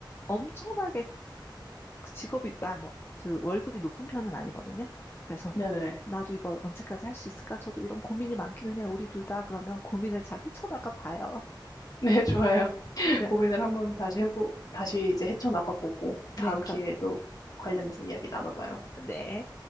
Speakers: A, on the left (about 30°); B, on the left (about 50°).
A: 엄청나게 그 직업이, 아, 뭐, 그 월급이 높은 편은 아니거든요. 그래서
B: 네네.
A: 나도 이걸 언제까지 할 수 있을까? 저도 이런 고민이 많기는 해요. 우리 둘 다 그러면 고민을 잘 헤쳐나가 봐요.
B: <laughs> 네, 좋아요. <laughs>
A: <laughs> 네,
B: 고민을 한번 다시 해보, 다시 이제 헤쳐나가 보고
A: 네,
B: 다음
A: 그럼,
B: 기회에도 관련해서 이야기 나눠봐요.
A: 네.